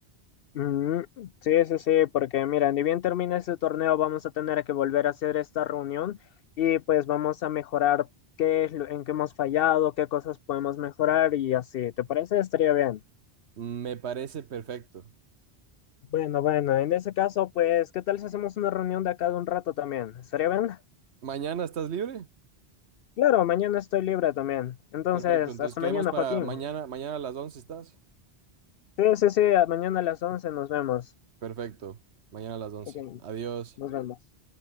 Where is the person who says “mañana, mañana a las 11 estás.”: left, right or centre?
Right